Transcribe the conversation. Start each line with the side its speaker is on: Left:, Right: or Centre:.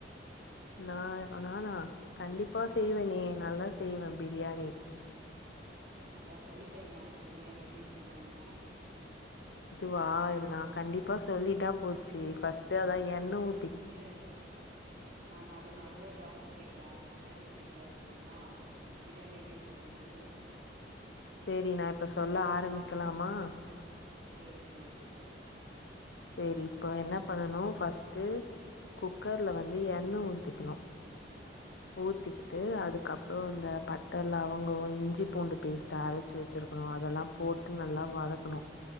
Left: நா நானா கண்டிப்பா
Right: ஆ
Left: செய்வே நீ நல்லா செய்வேன் பிரியாணி
Right: அதா சொல்லித்தரியா எனக்கு பிரியாணி எப்டி செய்ணுணு
Left: துவா இது நா கண்டிப்பா சொல்லிட்டா போச்சு ஃபர்ஸ்ட்டு அத எண்ணெ ஊ
Right: இரு நா நடுவு நடுவுல் டவுட்டு கேப்ப அது மட்டும் நீ தெளிவா சொல்லுனா பிரியாணி எப்டி செய்ணு சொல்லு
Left: சேரி நா இப்ப சொல்ல ஆரம்பிக்கலாமா
Right: சேர் சேரி
Left: சேரி இப்ப என்ன பண்ணணும் ஃபஸ்ட்டு குக்கர்ல வந்து எண்ண ஊத்திக்கணும் ஊ த்திட்டு
Right: சேரி
Left: அதுக்கப்றோம் இந்த பட் ட லவங்கோம் இஞ்சி பூண்டு பேஸ்ட்டு அரச்சு வச்சுருக்கணும் அதெல்லா போட்டு நல்லா வதக்கணும்